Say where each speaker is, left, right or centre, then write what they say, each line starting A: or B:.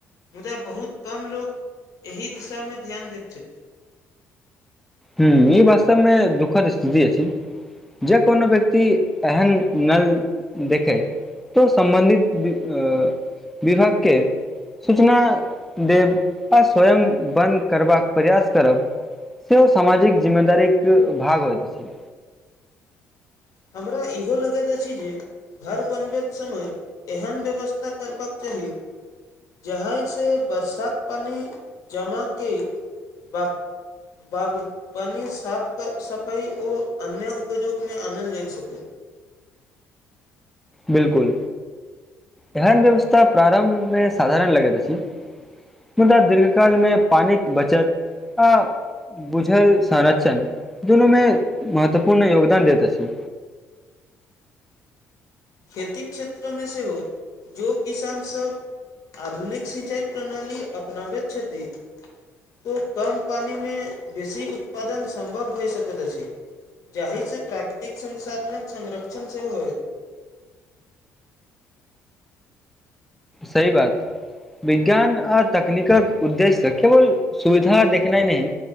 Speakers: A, on the left; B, in the centre.
A: मुदा बहुत कम लोग एहि दिशा मे ध्यान दैत छैथिन
B: हू ई बास्तमे दुःखद स्थिति अछी जे कोनो व्यक्ति एहन नल देखैय तऽ सम्बन्धित बि अ इ विभगके सूचना देब आ स्वयं बन्द करबाक प्रयास करब से ओ सामाजिक जिम्मेदारी क भाग होइत अछी
A: हमरा इहो लगैत अछि जे घर बनबैत समय एहन व्यवस्था करबक चाहि जाहए से बर्सात पानी जमाके ब बागवानी साफ सफाई आओ अन्य उपजोग मे आनन लेत <inaudible> <inaudible>
B: बिलकुल एहन व्यवस्था प्रारम्भ मे साधारण लगेत अछि मुदा दीर्घ काल मे पानि क बचत आ गुझल सारचण दुनू मे महत्वपूर्ण योगदान देत अछि
A: खेती क्षेत्र मे सेहो जो किसान सब आधुनिक सिंचाई प्रणाली अपनाबैत छथि ओ कम पानि मे बेसी उत्पादन सम्भव होइ सकैत अछि जाहि से प्राकृतिक संसाधन संरक्षण सेहो होयत
B: सही बात विज्ञान आ तकनीकक उद्देश्य केवल सुविधा देखनाइ नैय